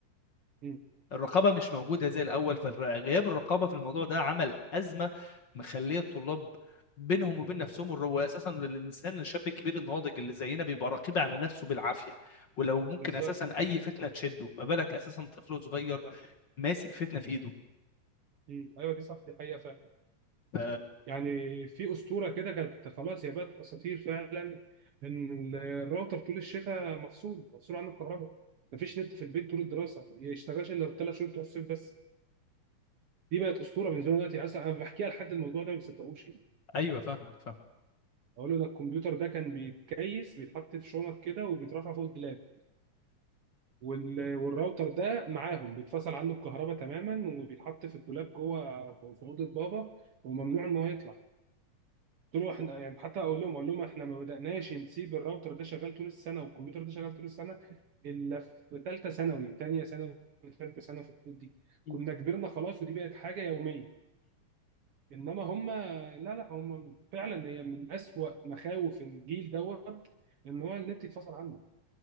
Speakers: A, on the right; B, on the left.
A: مم.
B: الرقابه مش موجوده زي الاول فغياب الرقابه في الموضوع ده عمل ازمه مخليه الطلاب بينهم وبين نفسهم الرو اساسا الانسان الشاب الكبير الناضج اللي زينا بيبقى رقيب على نفسه بالعافيه ولو ممكن
A: بالظبط
B: اساسا اي فتنه تشده ما بالك اساسا طفل صغير
A: صح
B: ماسك فتنه في ايده
A: مم. ايوه دي صح دي حقيقه فعلا
B: ف-
A: يعني في اسطوره كده كانت خلاص هي بقت اساطير فعلا ان الراوتر طول الشتاء مفصول مفصول عنه الكهرباء مفيش نت في البيت طول الدراسه ما يشتغلش الا ثلاث شهور بتوع الصيف بس دي بقت اسطوره بالنسبه لي دلوقتي اصلا انا بحكيها لحد الموضوع ده ما بيصدقوش
B: ايوه فاهمك
A: اقول له ده الكمبيوتر ده كان بيتكيس بيتحط في شنط كده وبيترفع فوق الدولاب وال- والراوتر ده معاهم بيتفصل عنه الكهرباء تماما وبيتحط في الدولاب جوه في في اوضه بابا وممنوع ان هو يطلع قلت له احنا يعني حتى اقول لهم اقول لهم احنا ما بدأناش نسيب الراوتر ده شغال طول السنه والكمبيوتر ده شغال طول السنه الا في ثالثه ثانوي ثانيه ثانوي ثالثه ثانوي في الحدود دي
B: فاهم
A: كنا كبرنا خلاص ودي بقت حاجه يوميه انما هم لا لا هم فعلا هي من اسوأ مخاوف الجيل دوت ان هو النت يتفصل عنه